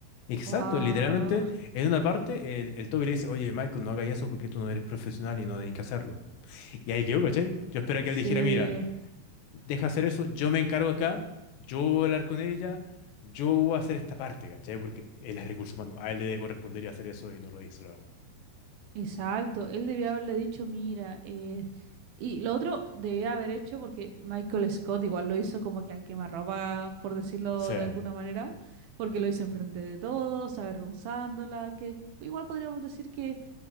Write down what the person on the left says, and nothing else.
Exacto,
literalmente en una parte el, el Toby le dice, oye Michael, no hagas eso porque tú no eres profesional y no tenés que hacerlo. Y ahí quedó, ¿cachai? Yo esperaba
que él dijera, mira, deja hacer eso, yo me encargo acá, yo voy a hablar con ella, yo voy a hacer esta parte, ¿cachai? Porque él es recurso humano, a él le correspondería hacer eso y no lo hizo, la verdad.
Sí,